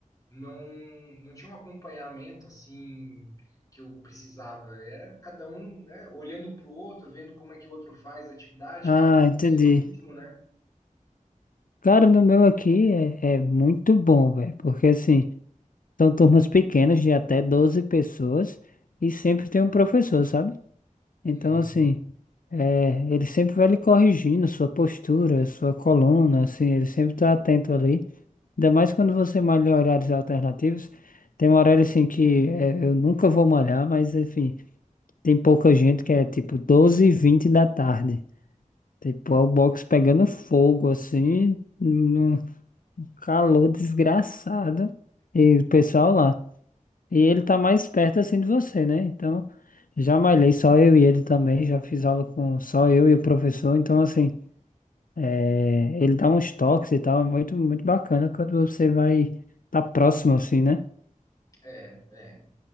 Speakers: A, on the left (about 25°); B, on the left (about 85°).
A: não, não tinha um acompanhamento assim que eu precisava. Era cada um, né, olhando para o outro, vendo como é que o outro faz a atividade,
B: Ah,
A: cada um
B: entendi.
A: com o seu ritmo, né?
B: Cara, no meu aqui é, é muito bom, velho. Porque assim. São turmas pequenas de até 12 pessoas e sempre tem um professor, sabe?
A: Hum,
B: Então, assim, é, ele sempre vai lhe corrigindo sua postura, sua coluna, assim, ele sempre está atento ali. Ainda mais quando você malha em horários alternativos. Tem um horário, assim, que é, eu nunca vou malhar, mas, enfim, tem pouca gente que é, tipo, 12 e 20 da tarde. Tipo, é o box pegando fogo, assim, no calor desgraçado. E o pessoal lá. E ele tá mais perto assim de você, né? Então, já malhei só eu e ele também, já fiz aula com só eu e o professor, então assim, é, ele dá uns toques e tal, é muito, muito bacana quando você vai tá próximo assim, né?
A: é, é.